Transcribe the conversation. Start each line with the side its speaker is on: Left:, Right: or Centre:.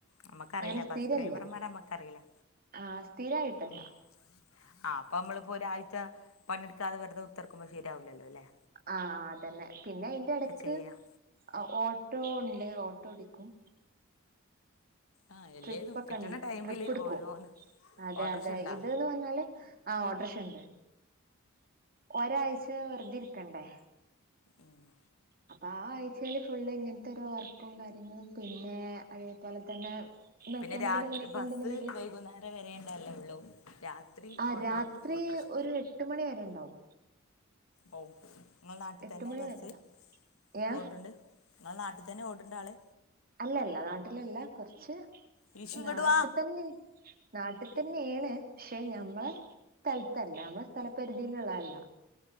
Left: നമ്മക്കറിയില്ല
Right: അങ്ങനെ സ്ഥിരല്ല
Left: ബസ് ഡ്രൈവർമാർമ്മക്കറിയില്ല
Right: ആഹ് സ്ഥിരായിട്ടല്ല
Left: ഉ ആഹ്പ്പൊ നമ്മളിപ്പോ ഒരാഴ്ച പണെടുക്കാതെവെറുത കുത്തർക്കുമ്പോ ശരിയാവില്ലല്ലോ അല്ലെ
Right: ആഹ് അതന്നെ പിന്നെ അയിന്റെ എടക്ക്
Left: ചെയ്യാം
Right: ഓട്ടോ ഇണ്ട് ഓട്ടോ ഓടിക്കും
Left: ആഹ് എല്ലേതും
Right: ട്രിപ്പൊക്കെ
Left: കിട്ടണ
Right: ണ്ട
Left: ടൈമില്
Right: ട്രിപ്പെടുക്കും
Left: ഓരോന്ന്
Right: അതെ
Left: ഓട്ടർഷ
Right: അതെ
Left: ഉണ്ടാ
Right: ഇതന്ന് പറഞ്ഞാല് ആഹ് ഓട്ട്രഷ ഉണ്ട് ഒരാഴ്ച വെറുതെ ഇരിക്കണ്ടേ
Left: ആഹ്
Right: അപ്പൊ ആ ആഴ്ചൽ ഫുള്ള് ഇങ്ങനത്തെരു വർക്കും കാര്യങ്ങളും പിന്നെ അതേപോലെ തന്നെ മെക്കാനിക്കിന്റെ
Left: പിന്നെ രാത്രി
Right: പണിയൊക്കെ
Left: ബസ്സ്
Right: ഉണ്ടെന്നുണ്ടെങ്കിൽ
Left: വൈകുന്നേരം വരേണ്ടല്ലേ ഒള്ളൂ രാത് ത്രീ
Right: ആ
Left: ഓട്ടോട്ട്
Right: രാത്രി
Left: ഓട്ടറിക്ഷ
Right: ഒരു എട്ട് മണി വരെ ഉണ്ടാവും
Left: ഓ നിങ്ങൾ നാട്ടിൽ
Right: എട്ട്
Left: തന്നെ
Right: മണി
Left: ബസ്സ്
Right: വരെ ഉണ്ടാവും ഏ
Left: ഓട്ടുണ്ട് നിങ്ങൾ നാട്ടിൽ തന്നെ ഓട്ടുണ്ട് ആള്.
Right: അല്ലല്ല നാട്ടിലല്ല കുറച്ച്
Left: വിഷു ഇങ്ങോട്ട്
Right: നാട്ടിൽ
Left: വാ
Right: തന്നെ നാട്ടിൽ തന്നെയാണ് പക്ഷെ ഞമ്മളെ സ്ഥലത്തല്ല ഞമ്മളെ സ്ഥലപരിധിയിലുള്ള അല്ല